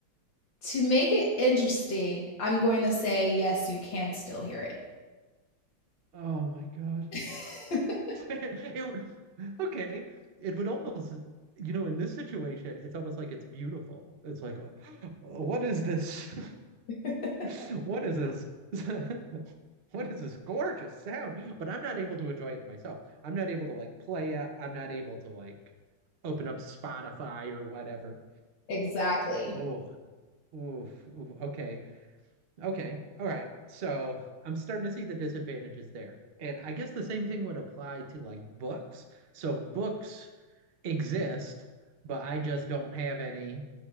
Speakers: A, on the left; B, on the right.
A: to make it interesting, I'm going to say yes, you can still hear it.
B: Oh my God.
A: <laughs>
B: <laughs> It- w- okay, it would almost, you know, in this situation, it's almost like it's beautiful. It's like, oh, <gasps> what is this?
A: <laughs>
B: <laughs> What is this? <laughs> <laughs> what is this gorgeous sound? But I'm not able to enjoy it myself. I'm not able to like play it. I'm not able to like open up Spotify or whatever.
A: Exactly.
B: Oh, oof, oof, okay, okay, all right. So I'm starting to see the disadvantages there, and I guess the same thing would apply to like books. So books exist, but I just don't have any